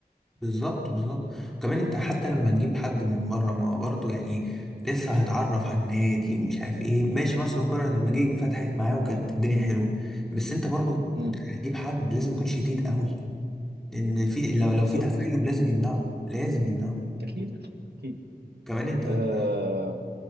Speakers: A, in the centre; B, on the right (about 85°).
A: بالظبط بالظبط وكمان انت حتى لما تجيب حد من بره ما برضه يعني لسه هيتعرف على النادي ومش عارف ايه ماشي مارسيل كولر لما جه فتحت معاه وكانت الدنيا حلوه بس انت برضه
B: امم
A: هتجيب حد لازم يكون شديد قوي لان في لو لو
B: بالظبط
A: في تسيب لازم يمنعه لازم يمنعه
B: اكيد اكيد
A: كمان انت
B: آه
A: انت-